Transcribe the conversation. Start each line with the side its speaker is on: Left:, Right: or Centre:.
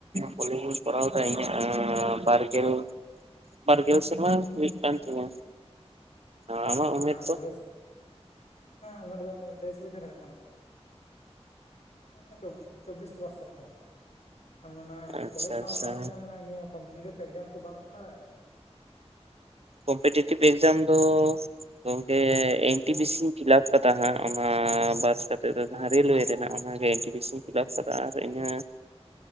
Right: ᱠᱚᱞᱡᱽᱤᱧ ᱠᱚᱨᱟᱣᱫᱟ ᱤᱧᱟᱹᱜ ᱮᱸ
Left: ᱛᱟᱢᱟ
Right: ᱵᱟᱨᱜᱮᱞ ᱵᱟᱨᱜᱮᱞ ᱥᱮᱨᱢᱟ ᱢᱤᱫ ᱠᱟᱱ ᱛᱤᱧᱟᱹ ᱟᱢᱟᱜ
Left: ᱛᱟᱦᱞᱮ ᱚᱱᱟ
Right: ᱩᱢᱮᱨ ᱫᱚ?
Left: ᱠᱚᱞᱮᱡᱽ ᱩᱢᱮᱨ ᱫᱚ ᱛᱮᱭᱤᱥ ᱵᱚᱪᱷᱚᱨ ᱦᱩᱭᱩᱜ ᱠᱟᱱᱟ ᱢᱟᱱᱮ ᱪᱚ ᱪᱚᱵᱽᱵᱤᱥ ᱯᱞᱟᱥ ᱪᱟᱞᱟᱜ ᱠᱟᱱᱟ ᱢᱟᱱᱮ
Right: ᱟᱪᱪᱷᱟ
Left: ᱠᱚᱞᱮᱡᱽ ᱥᱟᱶ
Right: ᱟᱪᱪᱷᱟ
Left: ᱥᱟᱶᱛᱮ ᱢᱟᱱᱮ ᱱᱤᱭᱟᱹ ᱠᱚᱢᱯᱤᱴᱮᱴᱤᱵᱷ ᱮᱠᱡᱟᱢ ᱠᱚ ᱵᱟᱢ ᱮᱢ ᱵᱟᱲᱟᱭᱮᱫᱟ
Right: ᱠᱚᱢᱯᱤᱴᱮᱴᱤᱵᱷ ᱮᱠᱡᱟᱢ ᱫᱚ ᱜᱚᱝᱠᱮ ᱮᱱ ᱴᱤ ᱯᱤ ᱥᱤᱧ ᱯᱷᱤᱞᱟᱯ ᱠᱟᱫᱟ ᱦᱟᱸᱜ ᱚᱱᱟ ᱵᱟᱥ ᱠᱟᱛᱮ ᱫᱚ ᱡᱟᱦᱟᱸ ᱨᱮᱹᱞᱳᱣᱮ ᱨᱮᱱᱟᱜ ᱚᱱᱟᱜᱮ ᱮᱱᱴᱤᱯᱤᱥᱤᱧ ᱯᱷᱤᱞᱟᱯ
Left: ᱦᱮᱸ
Right: ᱠᱟᱫᱟ ᱟᱨ ᱤᱱᱟᱹ